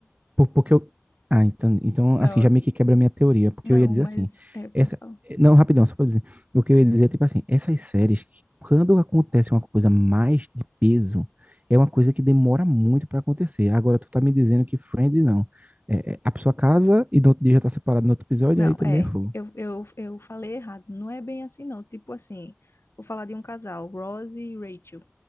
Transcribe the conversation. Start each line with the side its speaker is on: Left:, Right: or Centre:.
Right: Por- Porque eu. Ah, então, então,
Left: Não,
Right: assim, já meio que quebra a minha teoria, porque
Left: Não,
Right: eu ia dizer
Left: mas
Right: assim,
Left: é, pode
Right: essa.
Left: falar.
Right: Não, rapidão, só pra dizer. O que eu ia dizer é, tipo assim, essas séries, que quando acontece uma coisa mais de peso, é uma coisa que demora muito pra acontecer. Agora, tu tá me dizendo que Friends não. É, é, a pessoa casa e no outro dia já tá separado no outro episódio,
Left: Não,
Right: aí também
Left: é,
Right: é fogo.
Left: eu, eu, eu falei errado. Não é bem assim, não. Tipo assim, vou falar de um casal, Ross e Rachel.